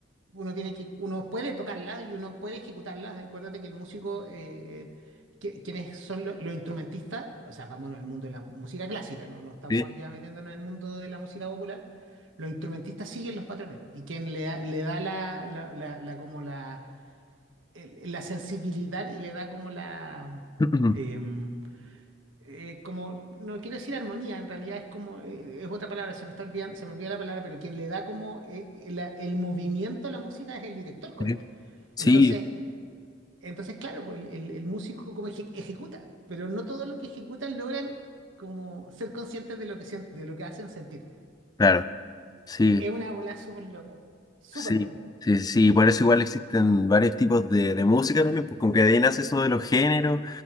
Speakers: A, on the right; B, on the left.
A: uno tiene que, uno puede tocarlas y uno puede ejecutarlas. Acuérdate que el músico, eh, eh, que- quienes son lo- los instrumentistas, o sea, vámonos al mundo de la mu- música clásica, no, no estamos
B: ¿sí?
A: allá metiéndonos en el mundo de la música popular. Los instrumentistas siguen los patrones y quien le da, le da la, la, la, la- como la, el- la sensibilidad y le da como la
B: <clears throat>
A: em, eh, como, no quiero decir armonía, en realidad es como, eh, es otra palabra, se me está olvidando, se me olvida la palabra, pero quien le da como eh, el, el movimiento a la música es el director coral.
B: Sí, Sí,
A: Entonces, entonces claro, pues el, el- el músico como eje- ejecuta, pero no todo lo que ejecutan logran como ser conscientes de lo que, sien- de lo que hacen sentir.
B: claro, sí.
A: Es una bola súper loca, súper
B: Sí,
A: loca.
B: sí, sí, sí, por eso igual existen varios tipos de, de música también, pues como que de ahí nace eso de los géneros